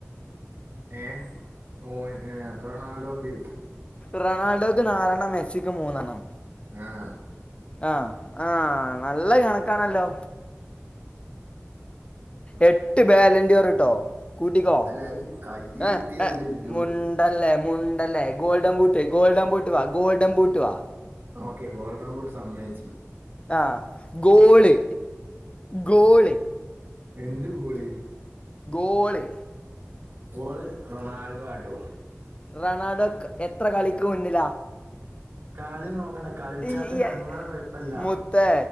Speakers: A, on the right; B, on the left.
A: ഏഹ് ഓ ഏ റൊണാൾഡോക്ക്.
B: റൊണാൾഡോക്ക് നാലെണ്ണം മെസ്സിക്ക് മൂന്നെണ്ണം.
A: ആഹ്.
B: ആഹ് ആഹ് നല്ല കണക്കാണല്ലോ. എട്ട് ബാലൻ <unintelligible> ട്ടോ കൂട്ടിക്കോ
A: അല്ല അത് കയ്യിലെത്തിയെന്നല്ലല്ലോ
B: എ എ മുണ്ടല്ലേ. മുണ്ടല്ലേ ഗോൾഡൻ ബൂട്ട് ഗോൾഡൻ ബൂട്ട് വാ ഗോൾഡൻ ബൂട്ട് വാ.
A: ഓക്കെ ഗോൾഡം ബൂട്ട് സമ്മയ്ച്ചു.
B: ആഹ് ഗോള് ഗോള്.
A: എന്ത് ഗോള്.
B: ഗോള്.
A: ഗോള് റൊണാൾഡോ ആട്ടോ.
B: റൊണാൾഡോ എത്ര കളിക്ക് മുന്നില.
A: കളി നോക്കണ്ട കൾച്ചാത്ത
B: ഈ ഈ
A: ഞങ്ങളെ കൊയ്പ്പല്ല.
B: മുത്തേ